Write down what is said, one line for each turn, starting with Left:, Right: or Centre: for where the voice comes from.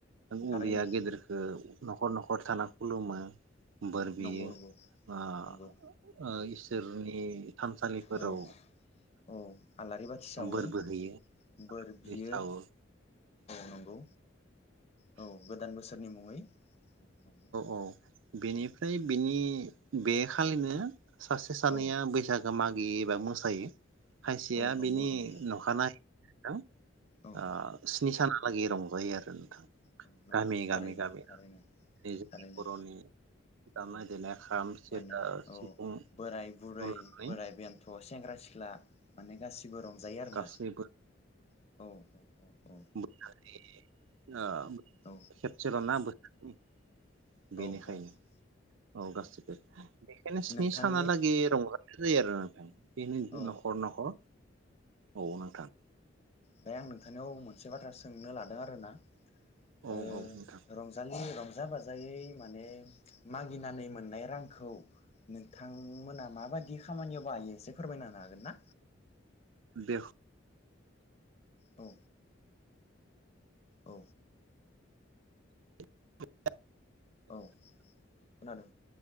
Left: थारैनो
Right: उदैया गिदिरखो नखर नखर थाना खुलुमो। बोर बियो
Left: नंगौ नंगौ
Right: बा
Left: नंगौ
Right: ओ इस जेरनि नि थानसालिफोराव
Left: औ
Right: ओ
Left: औ आलारि बाथि सावो
Right: बोरबो होयो।
Left: बोर बियो
Right: <unintelligible> औ
Left: नंगौ औ गोदान बोसोरनि मुङै औ नंगौ
Right: औ बेनिफ्राय
Left: औ
Right: बिनि बे खालिनो सासे सानैया
Left: औ
Right: बैसागो माग एबा मोसायो खायसेया
Left: औ नंगौ
Right: बिनि
Left: नंगौ
Right: नखानाय हेलौ
Left: औ
Right: आ स्नि सानहा लागै रंजायो आरो नोंथां
Left: औ नंगौ
Right: गामि
Left: थारैनो
Right: गामि गामि
Left: थारैनो
Right: नि जोंनि
Left: थारैनो
Right: बर'नि दामनाय
Left: औ
Right: देनाय खाम सेरजा
Left: माने
Right: सिफुंखौ
Left: औ बोराय बुरै
Right: लानानै
Left: बोराय बेन्थ सेंग्रा सिख्ला माने गासिबो रंजायो आरोना
Right: गासैबो
Left: औ औ औ औ
Right: <unintelligible>
Left: औ
Right: खेबसेल ना बोरायनि बेनिखायनो
Left: ओमफ्राय
Right: औ गासिबो बेखायनो स्नि
Left: नोंथांनि
Right: सानहालागै रंजा <unintelligible> आरो नोथां बेनि
Left: औ
Right: नखर नखर औ नोंथां
Left: दायो आं नोंथांनियाव मोनसे बाथ्रा सोंनो लादों आरोना
Right: औ
Left: ओ
Right: औ नोंथां
Left: रंजालि रंजा बाजायै माने मागिनानै मोननाय रांखौ नोंथांमोना माबायदि खामानियाव बाहायो। एसे फोरमायना होनो हागोन ना
Right: बेख
Left: औ औ
Right: <inaudible>
Left: औ खोनादों